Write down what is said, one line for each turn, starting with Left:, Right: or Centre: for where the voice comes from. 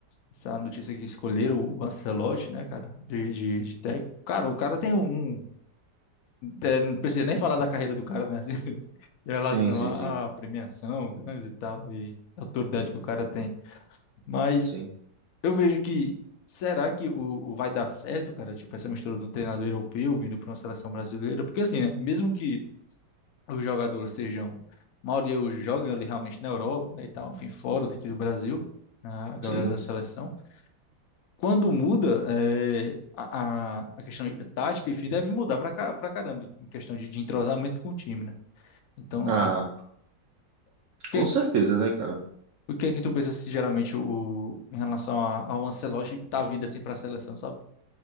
Left: essa notícia que escolheram o Ancelotti, né, cara, de, de, de técnico. Cara, o cara tem um. é, não precisa nem falar da carreira do cara, né? assim, <laughs> em relação
Right: Sim, sim,
Left: à
Right: sim.
Left: à premiação, ganhos e tal, e a autoridade que o cara tem. Mas
Right: Sim,
Left: eu vejo que. Será que o, o vai dar certo, cara? Tipo, essa mistura do treinador europeu vindo para uma seleção brasileira? Porque assim, né? Mesmo que os jogadores sejam. A maioria hoje jogam ali realmente na Europa, né? E tal, enfim, fora daqui do Brasil, a galera
Right: sim.
Left: da seleção. quando muda é, a, a- a questão de tática, enfim, deve mudar pra, ca- pra caramba em questão de, de entrosamento com o time, né? Então, assim,
Right: Ah,
Left: o que,
Right: com certeza, né, cara?
Left: o que é que tu pensa se geralmente o, em relação a, ao Ancelotti tá vindo assim pra seleção, sabe?